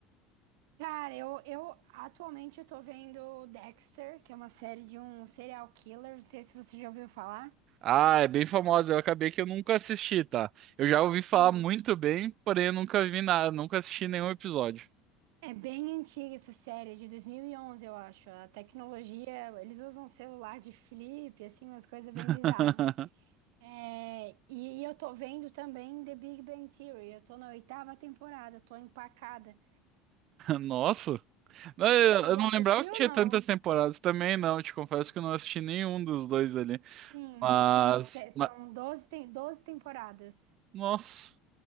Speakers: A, on the right; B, on the right.
A: Cara, eu, eu atualmente eu tô vendo Dexter, que é uma série de um serial killer. Não sei se você já ouviu falar.
B: Ah, é bem famosa. Eu acabei que eu nunca assisti, tá? Eu já ouvi falar
A: Sim.
B: muito bem, porém eu nunca vi nada, nunca assisti nenhum episódio.
A: É bem antiga essa série, é de 2011 eu acho. A tecnologia, eles usam celular de flip, assim, umas coisas bem
B: <laughs>
A: bizarras. É, e, e eu tô vendo também The Big Bang Theory. Eu tô na oitava temporada, tô empacada.
B: Nossa. Não, Eu
A: Você
B: eu
A: já
B: não
A: assistiu
B: lembrava que tinha
A: ou não?
B: tantas temporadas também, não. Te confesso que eu não assisti nenhum dos dois ali.
A: Sim,
B: Mas,
A: são, te- são
B: ma-
A: doze tem doze temporadas.
B: nossa,